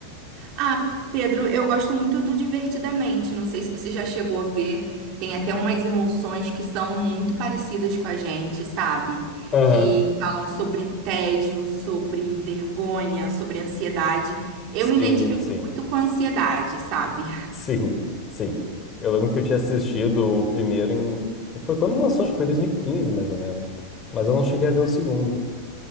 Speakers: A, on the right; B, on the left.
A: Ah, Pedro, eu gosto muito do Divertidamente. Não sei se você já chegou a ver. Tem até umas emoções que são muito parecidas com a gente, sabe?
B: Aham.
A: Que falam sobre tédio, sobre vergonha, sobre ansiedade. Eu
B: Sim,
A: me identifico
B: sim.
A: muito com ansiedade, sabe?
B: Sim, sim. Eu lembro que eu tinha assistido o primeiro em. Foi quando lançou, acho que foi 2015, mais ou menos. Mas eu não cheguei a ver o segundo.